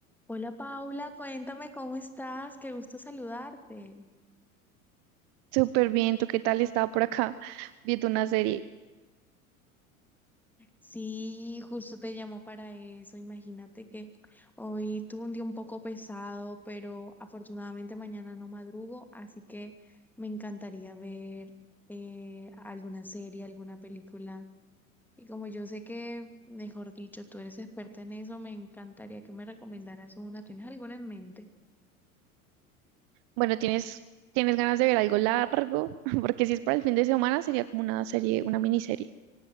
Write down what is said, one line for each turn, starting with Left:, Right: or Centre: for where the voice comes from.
Centre: Hola Paula, cuéntame cómo estás, qué gusto saludarte.
Right: Súper bien, ¿tú qué tal? Estaba por acá viendo una serie.
Centre: Sí, justo te llamo para eso. Imagínate que hoy tuve un día un poco pesado, pero afortunadamente mañana no madrugo, así que me encantaría ver eh, alguna serie, alguna película. Y como yo sé que, mejor dicho, tú eres experta en eso, me encantaría que me recomendaras una. ¿Tienes alguna en mente?
Right: Bueno, ¿tienes, tienes ganas de ver algo largo? <laughs> Porque si es para el fin de semana, sería como una serie, una miniserie.